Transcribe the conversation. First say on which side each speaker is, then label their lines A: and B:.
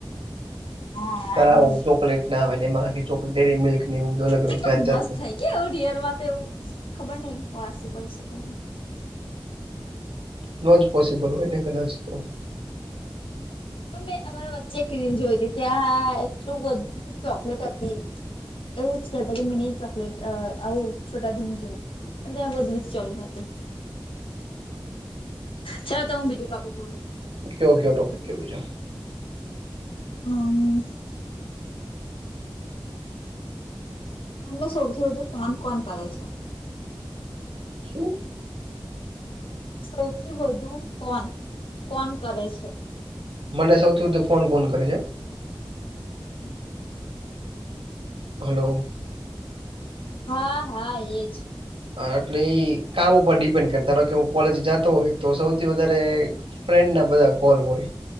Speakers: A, on the left (about 80°); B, on the right (about 85°).
A: હા
B: તારા
A: એમ
B: આવ ચોકલેટ ના આવે ને એમાંખ ચોક ડેરી મિલ્ક એવ બધ અલગ અલગ
A: કેટલું
B: જાત જાત
A: મસ્ત થાય કે એવું રિયલમાં તો એવું <unintelligible> ખબર નહિ પોસિબલ છે કે ન
B: ન જ પોસિબલ હોય ને કદાચ તો
A: પણ મેં અમારા વચ્ચે ક્રીમ જોઈ હતી ત્યાં એટલું બધી ચોકલેટ હતી એવું કેતા કે મિ ન ચકલેટ આવ છોટા ભીમ જેવુ. અને ત એ બધી જ ચમ <unintelligible>
B: <unintelligible>
A: ચાલો તો હું બીજું ટોપિક બોલું
B: કયો કયો ટોપિક કયો બીજો
A: હમ તમને સૌથી વધુ ફોન કોન કરે છે.
B: શું
A: સૌથી વધુ કોન કોન કરે છે.
B: મને સૌથી વધુ ફોન કોણ કરે છે.
A: હમ <unintelligible>
B: હલો.
A: હા હા એજ
B: હ એટલે એ કામ ઉપર ડિપેન્ડ કર ધારો કે હું કોલેજ જાતો હોય. તો સૌથી વધારે ફ્રેન્ડ ના બધા કોલ હોય.